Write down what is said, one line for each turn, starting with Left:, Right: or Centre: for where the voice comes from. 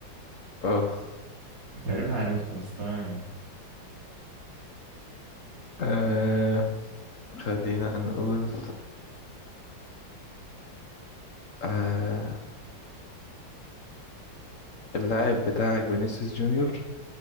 Left: أه
Right: تقريبا عرفته بس تمام يعني
Left: آه، خلينا نقول آه اللاعب بتاعك فينيسيوس جونيور